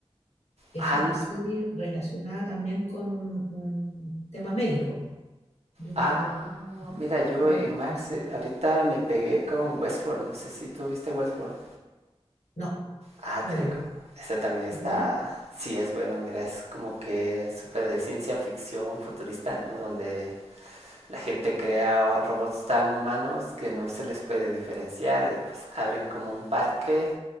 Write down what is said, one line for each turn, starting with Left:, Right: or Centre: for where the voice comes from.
Left: Es
Right: Ah,
Left: una
Right: no,
Left: serie relacionada también con un tema médico. De un,
Right: Ah,
Left: de un-
Right: mira, yo
Left: un-
Right: en Max
Left: una-
Right: eh, ahorita me pegué con Westworld. No sé si tú viste Westworld.
Left: No,
Right: Ah,
Left: no
Right: te
Left: lo
Right: reco-
Left: vi.
Right: Esta también está.
Left: ¿Es bueno?
Right: Sí, es bueno. Mira, es como que súper de ciencia ficción futurista, ¿no? Donde la gente crea robots tan humanos que no se les puede diferenciar y pues abren como un parque